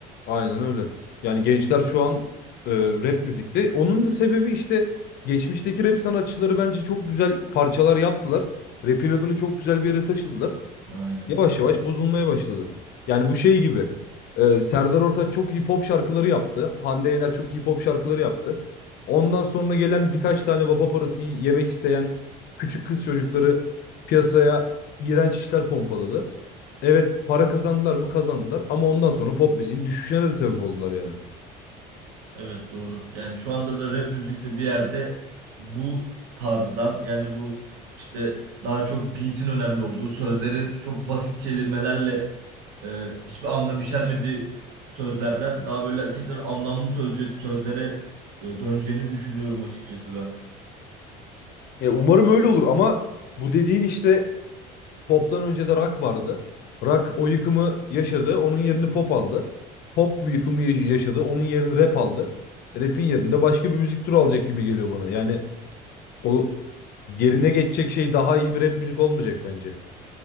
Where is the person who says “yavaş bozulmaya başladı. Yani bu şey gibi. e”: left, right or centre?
Left